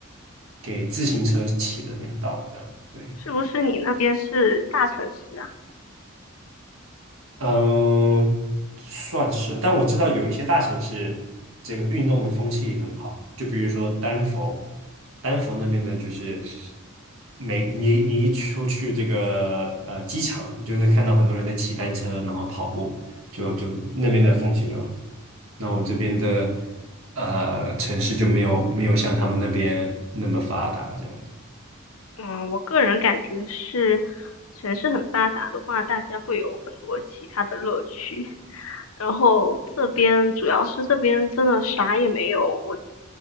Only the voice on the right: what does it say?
给自行车骑的那个道这样。对。
嗯，算是，但我知道有一些大城市，这个运动的风气也很好，就比如说丹佛，丹佛那边的就是每你你一出去这个呃机场，你就会看到很多人在骑单车，然后跑步，就就那边的风气就好那我这边的呃城市就没有没有像他们那边那么发达这样的。